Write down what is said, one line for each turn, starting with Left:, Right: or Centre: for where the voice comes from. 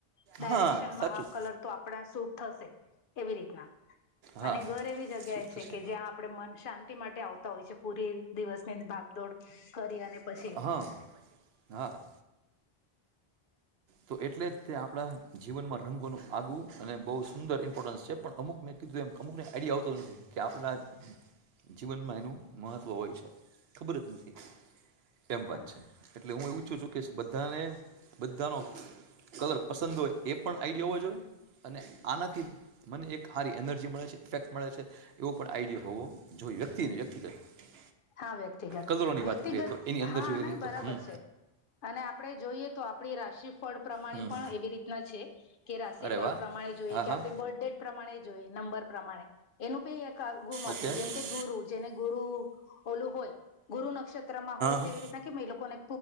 Left: ડાયરેક્શનમાં
Right: હા સાચું
Left: આ કલર તો આપણા શૂટ થશે એવી રીતના
Right: હા
Left: અને ઘર એવી જગ્યા
Right: શૂટ
Left: છે,
Right: થશે
Left: કે જ્યાં આપ આપ મન શાંતિ માટે આવતા હોય છે, પૂરી દિવસની ભાગદોડ કરી અને પછી
Right: હ, હા તો એટલે જતે આપણા જીવનમાં રંગોનું આઆવવું અને બહુ સુંદર ઇમ્પોર્ટન્સ છે, પણ અમુક મેં કીધું એમ અમુકને આઈડિયા આવતો નથી. કે આપણા જીવનમાં એનું મહત્ત્વ હોય છે, ખબર જ નથી. કેમ વાત
Left: હા
Right: છે, એટલે હુંએ ઈચ્છું છું, કે બધાને બધાનો કલર પસંદ હોય એ પણ આઈડિયા હોવા જોઈએ અને આનાથી મને એક સારી એનર્જી મળે છે, ઇફેક્ટ મળે છે. એવો પણ આઈડિયો હોવો જોઈ વ્યક્તિને વ્યક્તિગત.
Left: હા વ્યક્તિગત
Right: કદરોની
Left: વ્યક્તિગત
Right: વાત કરીએ તો એની અંદર
Left: હા
Right: જોઈ
Left: નહી
Right: રહેતો
Left: બરાબર
Right: હુ
Left: છે અને આપડે જોઈએતો, આપ આપણી રાશિફળ પ્રમાણે
Right: હમ
Left: પણ એવી રીતના છે, કે રાશિફળ
Right: અરે વાહ
Left: પ્રમાણે જોઈએ
Right: હા
Left: કે
Right: હા
Left: આપણી બર્થડે. પ્રમાણે જોઈએ નંબર પ્રમાણે એનું પી એક.
Right: ઓકે
Left: જેમકે,
Right: હા
Left: ગુરુ જેને ગુરુ ઓલું હોય ગુરુ નક્ષત્રમાં હોય તેવી
Right: હા
Left: રીતે કેમએ લોકોને